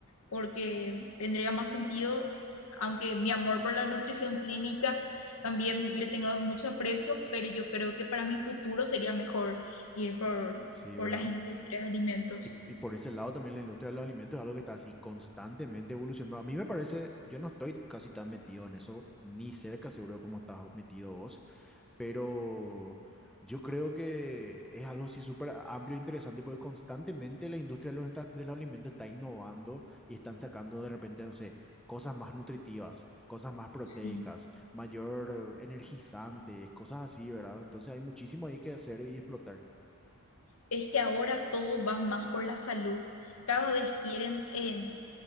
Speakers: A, on the left; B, in the centre.
A: porque tendría más sentido, aunque mi amor por la nutrición clínica también le tengo mucho aprecio, pero yo creo que para mi futuro sería mejor ir por,
B: sí,
A: por
B: ¿verdad?
A: las industrias de alimentos.
B: Y, y por ese lado también la industria de los alimentos es algo que está así constantemente evolucionando. A mí me parece, yo no estoy casi tan metido en eso, ni cerca seguro como estás metido vos, pero yo creo que es algo así súper amplio e interesante porque constantemente la industria de los, enta- de los alimentos está innovando y están sacando de repente, no sé, cosas más nutritivas, cosas más proteicas,
A: Sí.
B: mayor eh, energizantes, cosas así, ¿verdad? Entonces hay muchísimo ahí que hacer y explotar.
A: es que ahora todo va más por la salud. Cada vez quieren, eh,